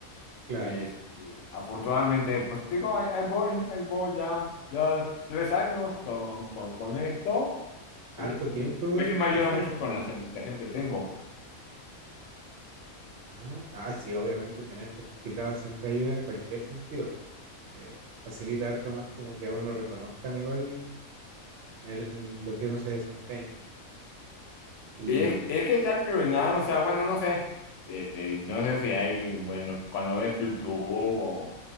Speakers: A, on the right; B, on the left.
A: Claro,
B: Este, afortunadamente, pues te digo, ahí, ahí voy, ahí voy ya, ya tres años con, con, con esto.
A: harto
B: Este,
A: tiempo igual,
B: pues sí me ayuda
A: tres años.
B: mucho con la certificación que tengo.
A: Ah, ah, sí, obviamente tener certificado siempre ayuda en cualquier sentido. Eh, facilita harto más como que a uno lo reconozcan igual en, el- en lo que uno se desempeña. Y
B: Y es, es que sea criminal, o sea, bueno, no sé. Este, no sé si hay, bueno, cuando ves YouTube o,